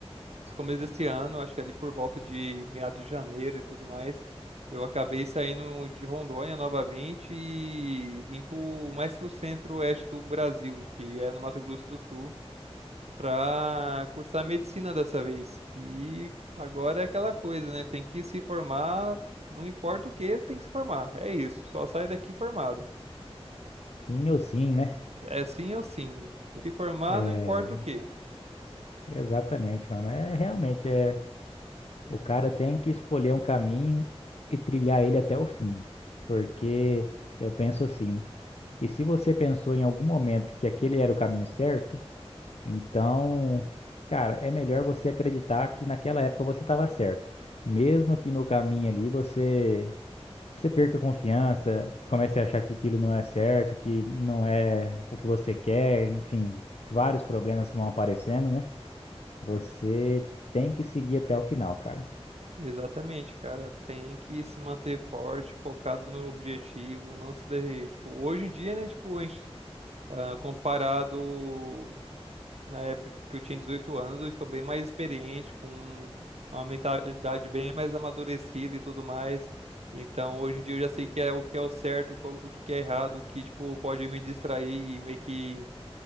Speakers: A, on the right (about 80°); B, on the left (about 75°).
A: esse começo desse ano, acho que ali por volta de meados de janeiro e tudo mais, eu acabei saindo de Rondônia novamente e vim pro, mais pro centro-oeste do Brasil, que é no Mato Grosso do Sul para cursar medicina dessa vez. E agora é aquela coisa, né? Tem que se formar, não importa o que, tem que se formar. É isso, só sai daqui formado.
B: Sim ou sim, né?
A: É sim ou sim. Se formar,
B: É,
A: não importa o que.
B: exatamente, mano. É realmente. É... O cara tem que escolher um caminho e trilhar ele até o fim. Porque eu penso assim, que se você pensou em algum momento que aquele era o caminho certo, então, cara, é melhor você acreditar que naquela época você estava certo. Mesmo que no caminho ali você você perca a confiança, comece a achar que aquilo não é certo, que não é o que você quer, enfim, vários problemas que vão aparecendo, né? Você tem que seguir até o final, cara.
A: Exatamente, cara. Tem que se manter forte, focado no objetivo, não se derreter. Tipo, hoje em dia, né? Tipo, a gente, ah, comparado. Na época que eu tinha 18 anos, eu estou bem mais experiente, com uma mentalidade bem mais amadurecida e tudo mais. Então, hoje em dia eu já sei que é o que é o certo, qual- o que que é errado, o que tipo pode me distrair e meio que